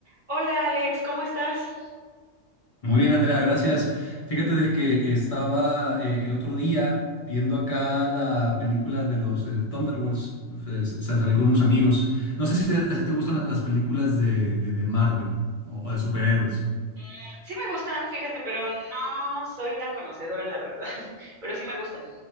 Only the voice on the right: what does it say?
Hola Alex, ¿cómo estás?
Mm, sí me gustan, fíjate, pero no soy tan conocedora, la verdad, <laughs> pero sí me gustan.